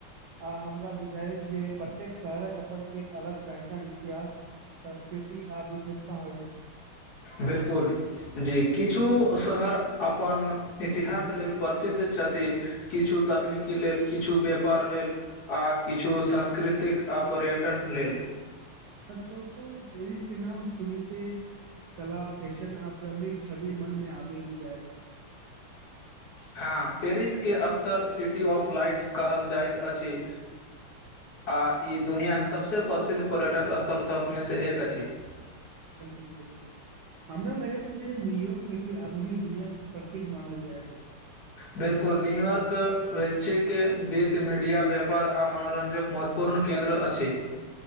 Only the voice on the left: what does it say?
बिल्कुल, जे किछु शहर अपन इतिहास लेल प। सिद्ध छथि, किछु तकनीकी लेल, किछु व्यापार लेल आ किछु संस्कृति। कतेक आ पर्यटन लेल।
हँ, पेरिसके अक्सर सिटी ऑफ लाइट कहल जाइत अछि। आ ई दुनिआाक सबसे प्रसिद्ध पर्यटक स्थल सभमें सँ एक अछि।
बिल्कुल न्यूयॉर्क वैचछिक वीत मीडिया व्यापार आ मनोरञ्जक महत्वपूर्ण क। केन्द्र अछि।